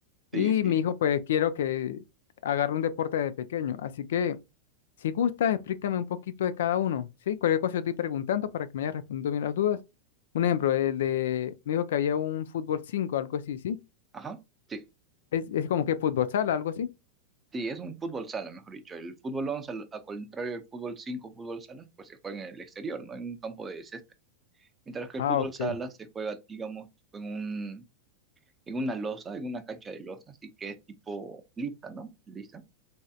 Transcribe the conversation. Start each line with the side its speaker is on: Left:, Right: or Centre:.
Left: Y
Right: Sí, sí.
Left: mi hijo, pues quiero que agarre un deporte desde pequeño. Así que, si gustas, explícame un poquito de cada uno, ¿sí? Cualquier cosa yo estoy preguntando para que me hayas respondido bien las dudas. Un ejemplo, el de, me dijo que había un fútbol 5, algo así, ¿sí?
Right: Ajá, sí,
Left: Es, es como que fútbol sala, algo así.
Right: sí, es un fútbol sala, mejor dicho. El fútbol 11 al al contrario del fútbol 5, fútbol sala, pues se juega en el exterior, ¿no? En un campo de césped. Mientras que el
Left: Ah,
Right: fútbol
Left: ok.
Right: sala se juega, digamos, en un, en una losa, en una cancha de losa, así que es tipo lisa, ¿no? Lisa.